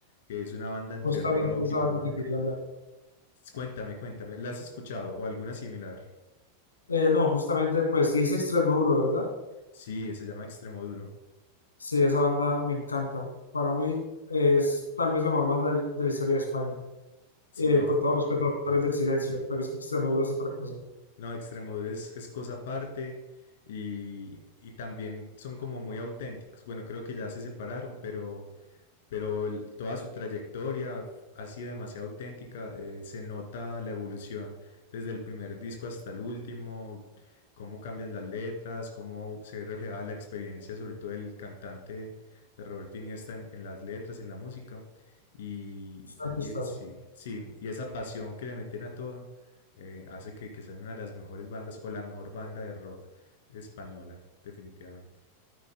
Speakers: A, on the left; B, on the left.
A: que es una banda entre
B: Justamente
A: rock
B: esa
A: y punk.
B: banda te quería hablar.
A: Cuéntame, cuéntame, ¿la has escuchado o alguna similar?
B: Eh, no, justamente, pues dice Extremoduro, ¿verdad?
A: Sí, se llama Extremoduro.
B: Sí, esa banda me encanta. Para mí es tal vez la mejor banda del- de, la historia de España.
A: Sí,
B: Eh,
A: no,
B: con todo respeto a los del Silencio, pero es que Extremoduro es otra cosa.
A: No, Extremoduro es, es cosa aparte y, y también son como muy auténticos. Bueno, creo que ya se separaron, pero pero el- toda su trayectoria f- ha sido demasiado auténtica. eh, se nota la evolución desde el primer disco hasta el último, cómo cambian las letras, cómo se ve reflejada la experiencia, sobre todo el cantante de Roberto Iniesta en, en las letras, en la música. Y,
B: Es
A: y-
B: un artistazo.
A: y sí, sí, y esa pasión que le meten a todo eh, hace que, que sean una de las mejores bandas o la mejor banda de rock española, definitivamente.